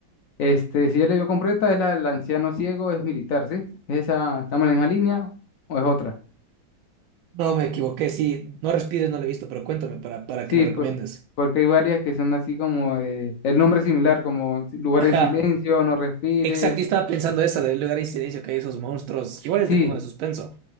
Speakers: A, on the left (about 60°); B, on the right (about 85°).
A: Este, si ya la vio completa, es la del anciano ciego, es militar, ¿sí? ¿Es esa, estamos en la misma línea o es otra?
B: No me equivoqué, sí. No respires, no lo he visto, pero cuéntame para, para
A: Sí,
B: que me recomiendes.
A: por- porque hay varias que son así como eh, el nombre es similar, como si, lugar
B: Ajá,
A: en silencio, no respires.
B: exacto, yo estaba pensando esa del lugar de incidencia que hay esos monstruos. Igual es
A: Sí,
B: de como de suspenso.